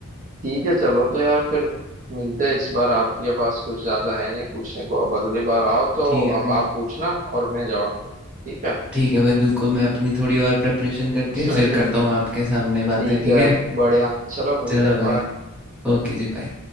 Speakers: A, on the right (about 35°); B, in the centre.
A: ठीक है चलो तो यार फिर मिलते हैं इस बार आपके पास कुछ ज्यादा है नहीं पूछने को अब अगली बार आओ तो
B: ठीक है भाई,
A: अब आप पूछना और मैं जवाब दूंगा ठीक है
B: ठीक है भाई बिल्कुल मैं अपनी थोड़ी और प्रिपरेशन करके
A: <laughs>
B: फिर करता हूँ आपके सामने बातें,
A: ठीक
B: ठीक
A: है
B: है?
A: बढ़िया चलो मिलते
B: चलो
A: हैं
B: भाई,
A: बाय
B: ओके जी बाय।